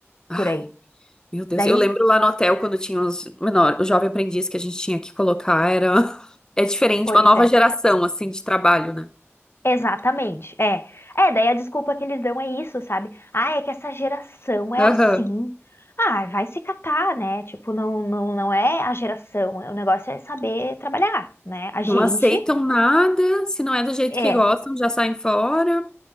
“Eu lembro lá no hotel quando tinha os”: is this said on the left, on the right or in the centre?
Left